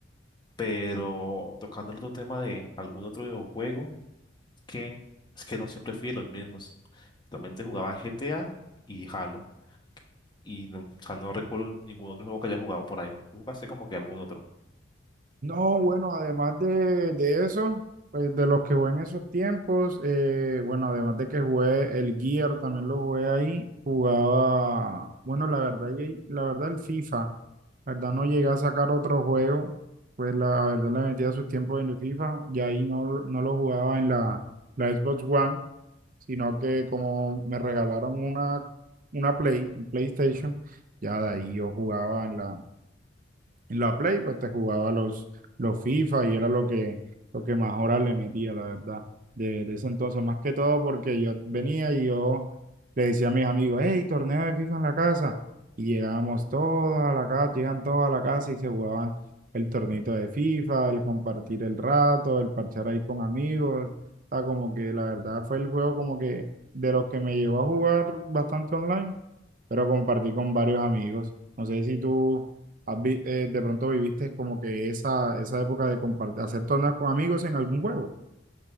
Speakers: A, on the left; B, on the right.
A: Pero tocando el otro tema de algún otro videojuego que es que no siempre fui de los mismos. Realmente jugaba GTA y Halo. Y no, o sea, no recuerdo ningún otro juego que haya jugado por ahí. ¿Tú jugaste como que algún otro?
B: No, bueno, además de, de eso, pues de los que jugué en esos tiempos, eh, bueno, además de que jugué el Gear, también lo jugué ahí, jugaba, bueno, la verdad, y la verdad el FIFA. La verdad no llegué a sacar otro juego, pues la verdad le metía sus tiempos en el FIFA y ahí no, no lo jugaba en la, la Xbox One, sino que como me regalaron una, una Play, un PlayStation, ya de ahí yo jugaba en la, en la Play, pues te jugaba los, los FIFA y era lo que, lo que más horas le metía, la verdad, de, de ese entonces, más que todo porque yo venía y yo le decía a mis amigos, hey, torneo de FIFA en la casa. Y llegábamos todos a la casa, llegan todos a la casa y se jugaban el torneito de FIFA, el compartir el rato, el parchar ahí con amigos. O sea, como que la verdad fue el juego como que de los que me llevó a jugar bastante online pero compartí con varios amigos. No sé si tú has vi- eh, de pronto viviste como que esa, esa época de compartir, hacer torneos con amigos en algún juego.